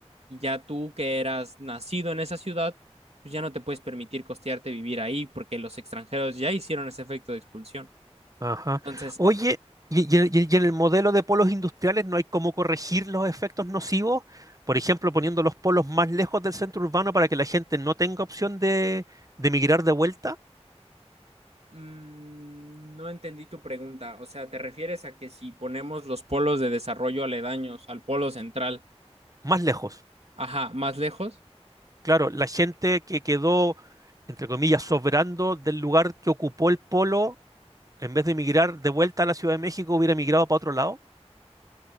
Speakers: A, on the right (about 65°); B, on the right (about 30°).
A: y ya tú que eras nacido en esa ciudad, pues ya no te puedes permitir costearte vivir ahí porque los extranjeros ya hicieron ese efecto de expulsión.
B: Ajá.
A: Entonces,
B: Oye, y, y y- y en el modelo de polos industriales no hay cómo corregir los efectos nocivos? Por ejemplo, poniendo los polos más lejos del centro urbano para que la gente no tenga opción de, de migrar de vuelta,
A: mm, no entendí tu pregunta. O sea, ¿te refieres a que si ponemos los polos de desarrollo aledaños al polo central,
B: más lejos.
A: ajá, más lejos?
B: Claro, la gente que quedó, entre comillas, sobrando del lugar que ocupó el polo en vez de emigrar de vuelta a la Ciudad de México, hubiera emigrado para otro lado.